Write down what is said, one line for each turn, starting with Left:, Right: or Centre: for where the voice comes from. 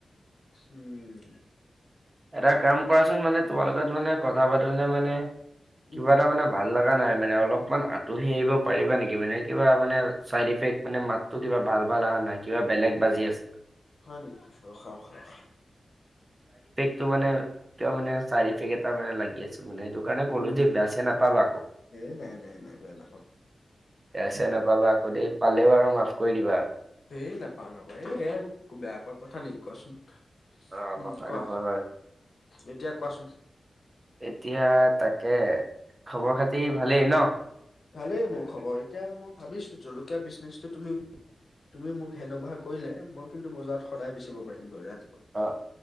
Left: উম
Right: এটা কাম কৰাচোন মানে তোমাৰ লগত মানে কথা পাতোং তে মানে
Left: উম
Right: কিবা এটা মানে ভাল লগা নাই মানে অলপমান আঁতহি আহিব পাৰিবা নেকি মানে। কিবা মানে চাইড ইফেক্ট মানে মাতো কিবা ভাল ভাল অহা নাই কিবা বেলেগ বাজি আছে।
Left: হয় নেকি ৰখা ৰখা ৰখা।
Right: সেইটো মানে সেইটো মানে চাইড ইফেক্ট এটা মানে লাগি আছে মানে সেইটো কাৰণে কলো
Left: উম
Right: যে বেয়াচেয়া নাপাবা আকৌ
Left: এ নাই নাই নাই বেয়া নাপাওঁ।
Right: বেয়াচেয়া নাপাবা আকৌ দেই পালে বাৰু মাফ কৰি দিবা
Left: এইেই নাপাও নাপাওঁ এইয়া বেয়া পোৱা কথা নেকি কোৱাচোন।
Right: অ
Left: উম
Right: কথাটো
Left: কোৱা
Right: হয় বাৰু
Left: এতিয়া কোৱাচোন
Right: এতিয়া তাকে খবৰ খাতি ভালেই ন।
Left: ভালেই মোৰ খবৰ এতিয়া মই ভাবিছো জলকীয়া বিজনেচটো তুমি তুমি মোক হেনবাৰ কৰিলে মই কিন্তু বজাৰত সদায় বেচিব পাৰিম গৈ ৰা
Right: অ